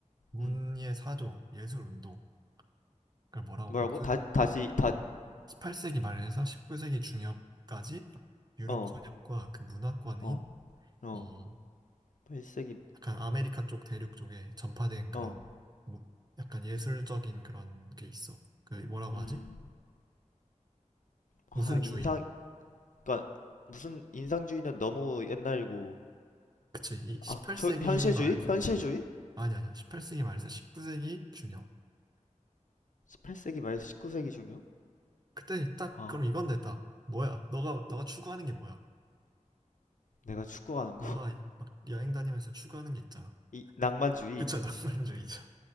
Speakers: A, on the right (about 30°); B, on the left (about 80°).
A: 문예
B: 음.
A: 사조, 예술 운동, 그걸 뭐라고
B: 뭐라고?
A: 무슨
B: 다 다시 다
A: 18세기 말에서 19세기 중엽까지 유럽
B: 어,
A: 전역과 그 문화권인
B: 어, 어.
A: 이
B: 8세기
A: 약간 아메리카 쪽 대륙 쪽에 전파된 그런
B: 어,
A: 뭐 약간 예술적인 그런 게 있어. 그 뭐라고
B: 음,
A: 하지?
B: 아
A: 무슨
B: 인상
A: 주의?
B: 그러니까 무슨 인상주의는 너무 옛날이고.
A: 그치. 이 18세기
B: 아, 저 현실주의?
A: 말
B: 현실주의?
A: 아니 아니야. 18세기 말에서 19세기 중요.
B: 18세기 말에서 19세기 중이요?
A: 그때 딱
B: 아,
A: 그럼 이건데 딱 뭐야? 너가 너가 추구하는 게 뭐야?
B: 내가 축구하는 거?
A: 너가 막 여행 다니면서 추구하는 게 있잖아.
B: 이 낭만주의.
A: 그쵸? <laughs> 낭만주의죠.